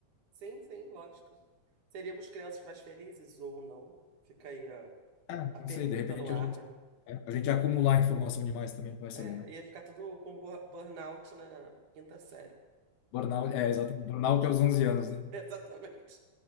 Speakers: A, on the right; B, on the left.
A: Sim, sim, lógico. Seríamos crianças mais felizes ou não? Fica aí a,
B: Ah,
A: a
B: não
A: pergunta
B: sei, de repente
A: no ar,
B: a gente,
A: né?
B: é, a gente ia acumular informação demais também, vai
A: É,
B: saber, né?
A: ia ficar tudo com bur- burnout na quinta série.
B: Burnout, é, exato. Burnout aos 11 anos, né?
A: <laughs> Exatamente.